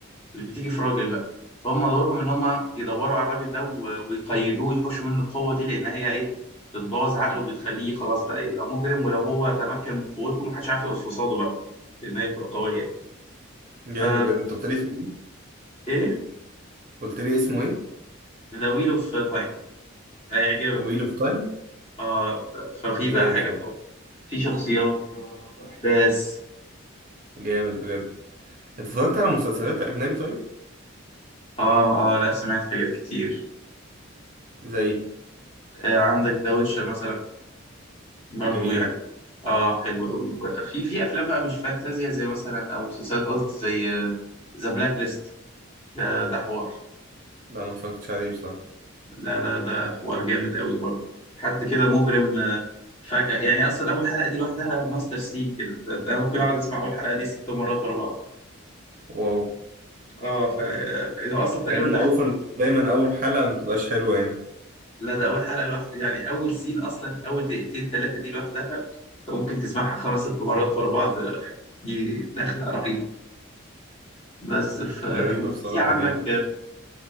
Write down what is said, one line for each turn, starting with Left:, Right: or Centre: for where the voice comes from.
Left: اللي بتيجي في راجل بقى فهم دورهم إن هم يدوروا على الراجل ده و- ويقيدوه ويحوشوا منه القوة دي لأن هي إيه بتبوظ عقله بتخليه خلاص بقى يبقى مجرم ولو هو تمكن من قوته محدش عارف يقف قصاده بقى لأن هي بتبقى قوية يعني
Right: جامد
Left: فا
Right: بجد انت قلت لي اسمه
Left: إيه
Right: قلت لي اسمه ايه
Left: ذا ويل أوف تايم هيعجبك
Right: ويل اوف تايم
Left: اه ف- ففي
Right: زي
Left: بقى حاجة
Right: الفل
Left: في شخصيات وحوارات وأحداث
Right: جامد بجد انت اتفرجت على مسلسلات اجنبي طيب
Left: اه اه لا سمعت حاجات كتير
Right: زي
Left: آه عندك ذا ويتشر مثلا برضو
Right: جميل
Left: يعني اه حلو قوي وفي في افلام بقى مش فانتازيا زي مثلا او مسلسلات قصدي زي ذا بلاك ليست ده ده حوار
Right: لا ما اتفرجتش عليه بصراحه
Left: لا ده ده حوار جامد قوي برضو حد كده مجرم آه، فجأة يعني اصلا اول حلقة دي لوحدها ماستر سين كده ده ده ممكن اقعد اسمع اول حلقة دي ست مرات ورا بعض
Right: واو
Left: اه ف آه، اصلا تقريبا
Right: مع انه معروف
Left: دخل
Right: ان دايما اول حلقه ما بتبقاش حلوه يعني
Left: لا ده اول حلقه لوحدها يعني اول سين اصلا اول دقيقتين ثلاثه دي لوحدها انت ممكن تسمعها خمس ست مرات ورا بعض دي دخله رهيبه بس ف...
Right: غريبه
Left: وفي
Right: بصراحه
Left: عندك
Right: دي يعني.